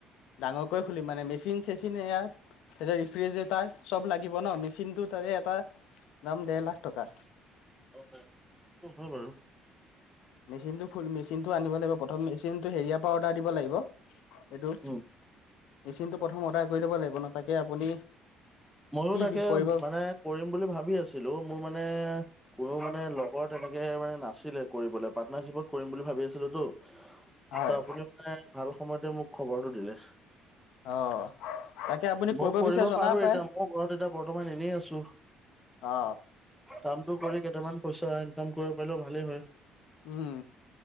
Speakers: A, on the left (about 75°); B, in the centre.
A: ডাঙৰকৈ খুলিম মানে মেচিন চেচিনে এয়া তাৰপিছত ৰিফ্ৰিজৰেটাৰ চব লাগিব ন', মেচিনটো ধৰি এটা দাম দেৰ লাখ টকা।
B: সেটো হয় বাৰু।
A: মেচিনটো খুল মেচিনটো আনিব লাগিব প্ৰথম মেচিনটো হেৰিয়াৰ পৰা অৰ্ডাৰ দিব লাগিব এইটো
B: উম
A: মেচিনটো প্ৰথম অৰ্ডাৰ কৰি ল'ব লাগিব ন', তাকে আপুনি
B: ময়ো
A: কি
B: তাকে
A: কৰিব
B: মানে কৰিম বুলি ভাবি আছিলো মোৰ মানে মোৰ মানে লগৰ তেনেকে মানে নাছিলে কৰিবলৈ, পাৰ্টনাৰশ্বিপত কৰিম বুলি ভাবি আছিলোতো।
A: হয়
B: ত' আপুনি মানে ভাল সময়তে মোক খবৰটো দিলে।
A: অ', তাকে আপুনি
B: ময়ো
A: কৰিব বিচাৰে জনাব
B: পাৰো এতিয়া
A: পাৰে।
B: ময়ো ঘৰত এতিয়া বৰ্তমান এনেই আছো।
A: অ
B: কামটো কৰি কেইটামান পইচা ইনকাম কৰিব পাৰিলেও ভালেই হয়।
A: উম।